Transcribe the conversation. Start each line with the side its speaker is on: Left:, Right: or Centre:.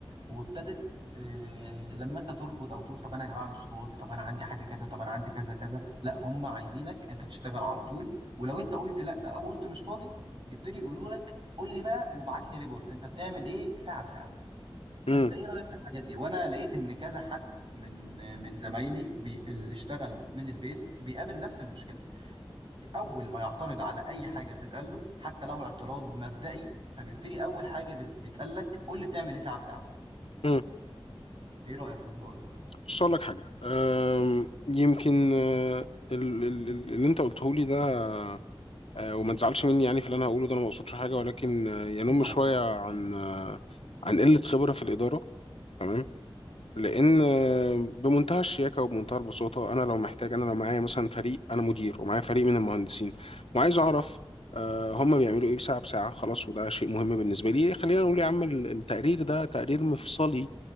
Right: وابتدت آه، لما انت ترفض او تقول طب انا يا جماعه مش فاضي طب انا عندي حاجه كذا طب انا عندي كذا كذا لا هم عايزينك انت تشتغل على طول ولو انت قلت لا او قلت مش فاضي يبتدي يقولوا لك قول لي بقى وابعت لي ريبورت انت بتعمل ايه ساعه بساعه فانت
Left: مم.
Right: ايه رايك في الحاجات دي وانا لقيت ان كذا حد من من زمايلي بي اللي اشتغل من البيت بيقابل نفس المشكله اول ما يعترض على اي حاجه بتتقال له حتى لو اعتراض مبدئي فبيبتدي اول حاجه بت- بيتقال لك قول لي بتعمل ايه ساعه بساعه
Left: امم
Right: ايه رايك في الموضوع ده
Left: بص اقول لك حاجه أم، يمكن أه، ال- ال- ال- اللي انت قلته لي ده أه، وما تزعلش مني يعني في اللي انا هقوله ده انا ما اقصدش حاجه ولكن أه، ينم
Right: اكيد طبعا
Left: شويه عن أه، عن قله خبره في الاداره تمام. لان بمنتهى الشياكه وبمنتهى البساطه انا لو محتاج انا لو معايا مثلا فريق انا مدير ومعايا فريق من المهندسين وعايز اعرف آه، هم بيعملوا ايه ساعه بساعه خلاص وده شيء مهم بالنسبه لي خلينا نقول يا عم ال- التقرير ده تقرير مفصلي